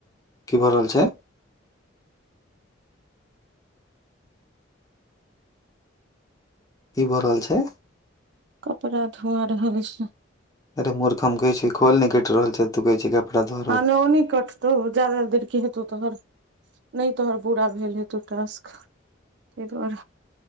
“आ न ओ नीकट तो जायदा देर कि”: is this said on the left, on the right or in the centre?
Right